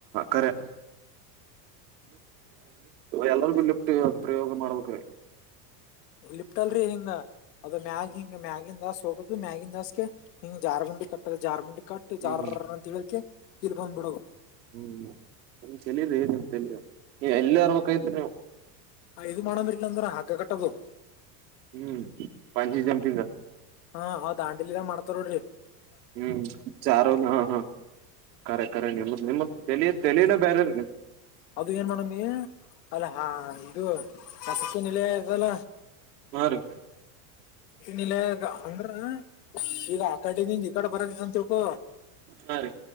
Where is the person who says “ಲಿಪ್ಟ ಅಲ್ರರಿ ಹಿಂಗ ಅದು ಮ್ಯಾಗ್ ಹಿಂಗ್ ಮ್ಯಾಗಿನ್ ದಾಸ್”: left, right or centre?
Left